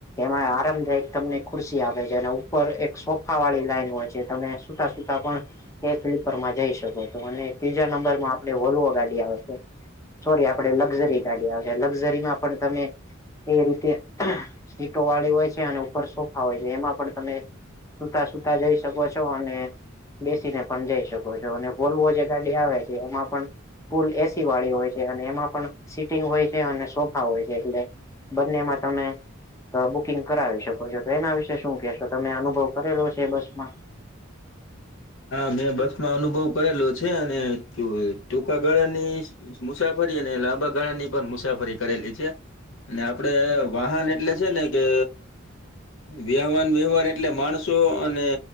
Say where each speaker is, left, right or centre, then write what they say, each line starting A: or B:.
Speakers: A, on the left; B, on the left.
A: એમાં આરામદાયક તમને ખુરશી આપે છે અને ઉપર એક સોફા વાળી લાઈન હોય છે તમે સુતા સુતા પણ એ સ્લીપર માં જઈ શકો છો અને ત્રીજા નંબરમાં આપે વોલ્વો ગાડી આવે છે. સોરી આપડે લકઝરી ગાડી આવેશે લકઝરીમાં પણ તમે એ રીતે સીટો વાળી હોય છે અને ઉપર સોફા હોય છે એમાં પણ તમે. સુતા સુતા જઈ શકો છો અને. બેસીને પણ જઈ શકો છો અને વોલવો જે ગાડી આવે છે એમાં પણ ફૂલ એસી વાળી હોય છે અને એમાં પણ સીટિંગ હોય છે અને સોફા હોય છે એટલે બંને માં તમે. બુકિંગ કરાવી શકો છો તો એના વિશે શું કેહેશો તમે અનુભવ કરેલો છે બસ માં.
B: હા મેં બસ માં અનુભવ કરેલો છે અને ટૂંકા ગાળાની. મુસાફરી અને લાંબા ગાળા ની પણ મુસાફરી કરેલી છે. અને આપડે વાહન એટલે છે ને કે. વ્યવવાન વ્યવહાર એટલે માણસો અને